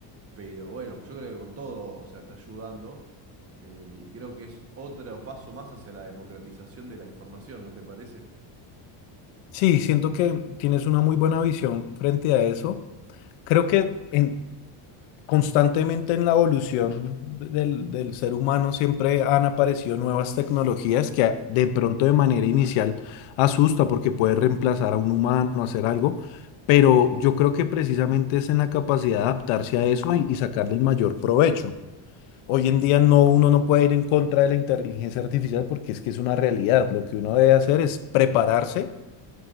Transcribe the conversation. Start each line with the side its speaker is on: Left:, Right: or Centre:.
Right: Pero bueno, yo creo que con todo, o sea, está ayudando. eh, y creo que es otro paso más hacia la democratización de la información, ¿no te parece?
Left: Sí, siento que tienes una muy buena visión frente a eso. Creo que en Constantemente en la evolución del, del ser humano siempre han aparecido nuevas tecnologías que a- de pronto de manera inicial asusta porque puede reemplazar a un humano, hacer algo, pero yo creo que precisamente es en la capacidad de adaptarse a eso y, y sacarle el mayor provecho. Hoy en día no, uno no puede ir en contra de la inteligencia artificial porque es que es una realidad. Lo que uno debe hacer es prepararse